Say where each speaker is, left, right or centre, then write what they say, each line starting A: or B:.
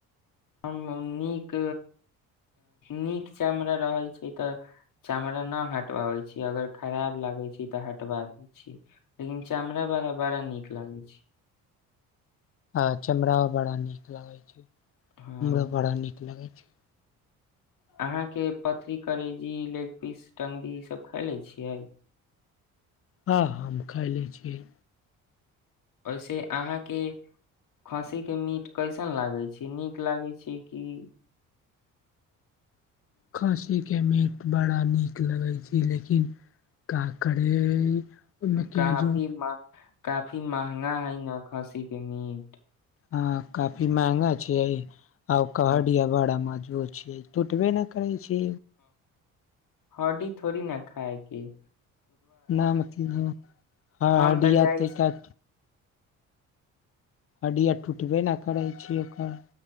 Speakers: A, on the left; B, on the left.
A: हम नीक नीक चमड़ा रहैत छै तऽ चमड़ा नहि हटवाबैत छी अगर खराब लागै छै तऽ हटवा दै छी लेकिन चमड़ावला बड़ा नीक लागै छै
B: हँ चमड़ा बड़ा नीक लागै छै हमराो
A: हँ
B: बड़ा नीक लगैत <inaudible>
A: अहाँके पथरी करेजी लेग पीस टंगरी ईसभ खाय ले छियै
B: हँ ह हम खाय ले छियै
A: ओहिसे अहाँके खस्सीके मीट कैसन लागै छै नीक लागै छै कि
B: खाँसी के मट बड़ा नीक लगै छै लेकिन काके ओहिमे
A: काफी
B: क जो
A: मा- काफी महंगा है न खस्सी के मीट
B: हँ काफी महंगा छै आउ कडिया
A: हँ
B: वड़ा म ज छ तू हटबे नहि करै छी
A: हर्दी थोड़ी न खाय कि
B: न मतलब ह
A: हम
B: हडिया
A: तऽ जाइ छी
B: त क हडीिया टुटब ने करै छी ओकर